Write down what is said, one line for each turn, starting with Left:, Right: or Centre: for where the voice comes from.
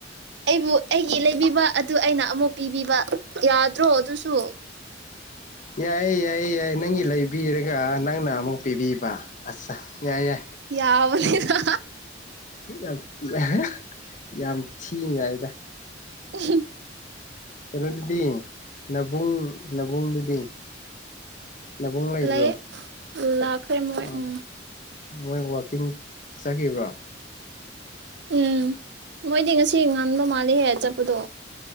Right: ꯑꯩꯕꯨ ꯑꯩꯒꯤ ꯂꯩꯕꯤꯕ ꯑꯠ ꯗꯨ ꯑꯩꯅ ꯑꯃꯨꯛ ꯄꯤꯕꯤꯕ ꯌꯥꯗ꯭ꯔꯣ ꯑꯗꯨꯁꯨ
Left: ꯌꯥꯏꯌꯦ ꯌꯥꯏꯌꯦ ꯌꯥꯏ ꯅꯪꯒꯤ ꯂꯩꯕꯤꯔꯒ ꯅꯪꯅ ꯃꯨꯛ ꯄꯤꯕꯤꯕ ꯑꯠꯁꯥ ꯌꯥꯏ ꯌꯥ
Right: ꯌꯥꯕꯅꯤꯅ
Left: ꯌꯥꯝ ꯌꯥ ꯌꯥꯝ ꯊꯤ ꯌꯥꯏꯗ
Right: ꯎꯍꯨꯝ
Left: ꯀꯩꯅꯣꯗꯨꯗꯤ ꯅꯕꯨꯡ ꯅꯕꯨꯡꯗꯨꯗꯤ ꯅꯕꯨꯡ ꯂꯩꯕ꯭ꯔꯣ
Right: ꯂꯩꯥꯏꯌꯦ ꯂꯥꯛꯈ꯭ꯔꯦ ꯃꯣꯏ
Left: ꯑꯣ
Right: ꯎꯝ
Left: ꯃꯣꯏ ꯋꯥꯀꯤꯡ ꯆꯈꯤꯕ꯭ꯔꯣ
Right: ꯎꯝ ꯃꯣꯏꯗꯤ ꯉꯁꯤ ꯉꯥꯟꯕ ꯃꯥꯜꯂꯤꯍꯦ ꯆꯠꯄꯗꯣ